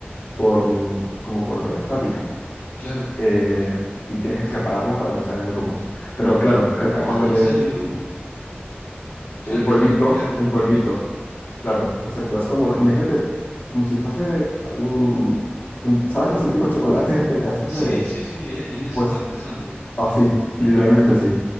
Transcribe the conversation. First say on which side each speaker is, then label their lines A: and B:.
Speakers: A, on the left; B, on the left.
A: por, como por estática,
B: claro.
A: eh, y tienes que separarlas para que no se hagan grumos. Pero claro, a-
B: Ah,
A: a cuando le,
B: salen grumos. Claro,
A: el polvito,
B: claro, queda como
A: el
B: un
A: polvito.
B: polvito.
A: Claro, exacto. Es como,
B: Mirá
A: imagínate,
B: vos.
A: como si fuese un, un- ¿sabes los típicos chocolates que te haces
B: Sí,
A: de,
B: sí, sí, e- en eso
A: pues,
B: estaba pensando.
A: así, literalmente así.